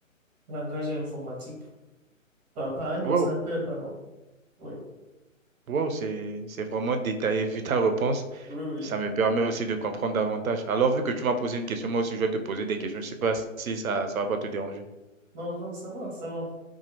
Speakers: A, on the right; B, on the right.
A: langage informatique, par, par un
B: Wow.
A: ordinateur, pardon. Oui,
B: Wow, c'est, c'est vraiment détaillé vu ta réponse.
A: oui, oui.
B: Ça me permet aussi de comprendre davantage. Alors, vu que tu m'as posé une question, moi aussi, je vais te poser des questions. Je ne sais pas si ça ça va pas te déranger.
A: Non, non, ça va, ça va.